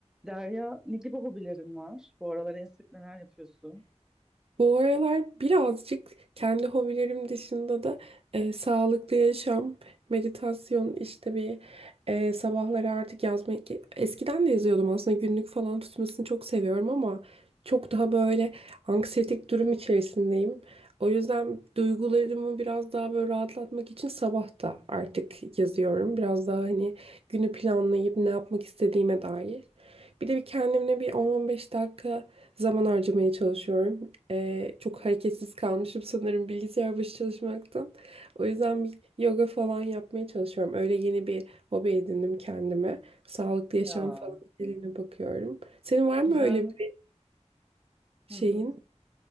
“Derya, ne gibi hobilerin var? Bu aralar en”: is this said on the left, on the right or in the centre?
Centre